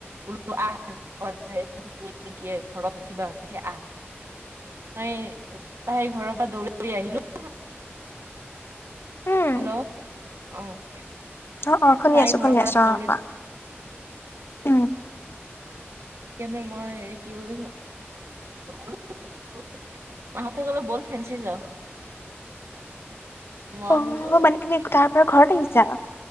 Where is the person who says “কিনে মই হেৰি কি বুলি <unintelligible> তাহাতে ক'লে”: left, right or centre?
Right